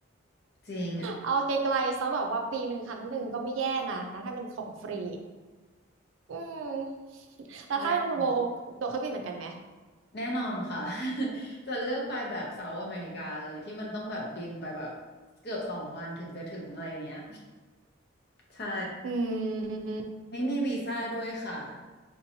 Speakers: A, on the left; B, on the right.
A: จริง
B: เอาไกลๆซะแบบว่าปีหนึ่งครั้งหนึ่งก็ไม่แย่นะถ้าเป็นของฟรี อืมแล้วถ้าเป็นคุณโบ
A: ใช่
B: ตัวเครื่องบินเหมือนกันไหม
A: แน่นอนค่ะ <laughs> จะเลือกไปแบบเซาท์อเมริกาเลยที่มันต้องแบบบินไปแบบเกือบสองวันถึงจะถึงอะไรอย่างเงี้ยใช่
B: อืม
A: ไม่มีวีซ่าด้วยค่ะ